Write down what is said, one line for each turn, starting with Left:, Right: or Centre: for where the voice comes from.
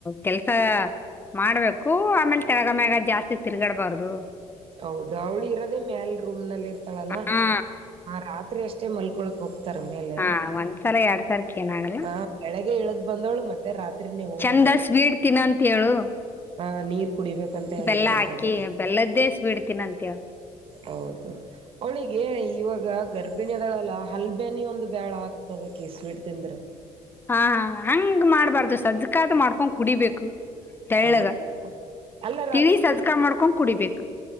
Left: ಕೆಲ್ಸ ಮಾಡ್ಬೇಕು ಆಮೇಲೆ ತೆಳಗ ಮ್ಯಾಗ ಜಾಸ್ತಿ ತಿರ್ಗಾಡ್ಬಾರ್ದು
Right: ಹೌದು ಅವಳು ಇರೋದೆೇ ಮ್ಯಲ್ ರೂಮ್ ನಲ್ಲಿ ಇರ್ತಾಳಲ್ಲ
Left: ಹಾ
Right: ರಾತ್ರಿ ಅಷ್ಟ ಅಷ್ಟೆ ಮಲ್ಕೊಳಕ್ ಹೋಗ್ತಾರ ಮೇಲೆ
Left: ಹಾ ಒಂದ್ಸಲ ಎರಡ್ ಸರ್ಕ್ ಏನಾಗಲ್ಲ
Right: ಹಾ ಬೆಳಗ್ಗೆ ಇಳ್ದ್ ಬಂದವಳು ಮತ್ತೆ ರಾತ್ರಿನೇ ಹೋಗದವಳು
Left: ಚಂದ ಸ್ವೀಟ್ ತಿನ್ನಂತ ಹೇಳು
Right: ಹಾ ನೀರ್ ಕುಡಿಬೇಕಂತ ಹೇಳಿದಾರಂತ
Left: ಬೆಲ್ಲ ಹಾಕಿ
Right: ಜಾಸ್ತಿ
Left: ಬೆಲ್ಲದ್ದೇ ಸ್ವೀಟ್ ತಿನ್ನಂತ ಹೇಳು
Right: ಹೌದು ಹಳಿಗೆ ಇವಾಗ ಗರ್ಭಿಣಿದಳಲ್ಲ ಹಲ್ಬೇನಿ ಒಂದು ಬ್ಯಾಳ ಆಗ್ತದಕಿ ಸ್ವೀಟ್ ತಿಂದ್ರೆ
Left: ಹಾ ಹಂಗ ಮಾಡ್ಬಾರ್ದು ಸಜ್ಕಾದ ಮಾಡ್ಕೊಂಡ್ ಕುಡಿಬೇಕು ತಳ್ಳಗ
Right: ಅದ ಅಲ್ಲ
Left: ತಿಳಿ ಸದ್ಕಾ ಮಾಡ್ಕೊಂಡ್ ಕುಡಿಬೇಕು